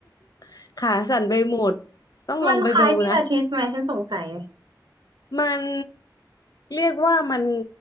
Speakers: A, on the left; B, on the right.
A: <laughs> ขาสั่นไปหมดต้องลองไปดูนะ
B: มันคล้ายพิลาทิสไหมฉันสงสัย
A: มันเรียกว่ามัน